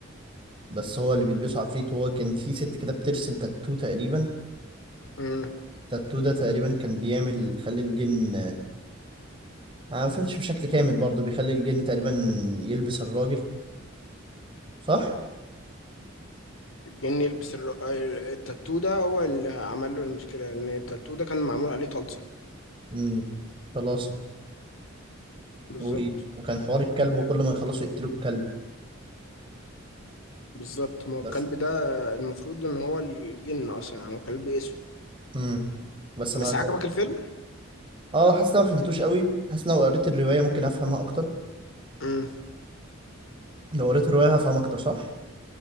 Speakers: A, on the right; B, on the left.
A: بس هو اللي بيلبسه عفريت هو كان في ست كده بترسم تاتو تقريبا
B: امم
A: التاتو ده تقريبا كان بيعمل خلي الجن انا ما فهمتش بشكل كامل برضو بيخلي الجن تقريبا يلبس الراجل صح
B: الجن يلبس الر- ال- التاتو ده هو اللي عمل له المشكله لان التاتو ده كان معمول عليه طلسم
A: امم خلاص
B: بالظبط
A: و... وكان حوار الكلب وكل ما يخلصوا يقتلوا الكلب
B: بالظبط ما هو
A: بس
B: الكلب ده المفروض ان هو الجن اصلا يعني هو كلب اسود
A: امم بس ما
B: بس
A: قتلوا
B: عجبك الفيلم
A: اه حاسس إن أنا ما فهمتوش قوي حاسس إن لو قريت الرواية ممكن افهمها اكتر
B: امم
A: لو قريت الرواية هفهم اكتر صح